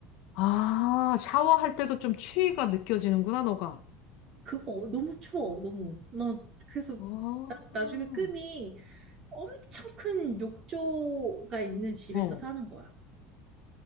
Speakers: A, on the left; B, on the right.
A: 아, 샤워할 때도 좀 추위가 느껴지는구나, 너가.
B: 그, 어, 너무 추워, 너무. 나, 그래서,
A: 아,
B: 나, 나중에
A: 어,
B: 꿈이 엄청 큰 욕조가 있는 집에서
A: 어.
B: 사는 거야.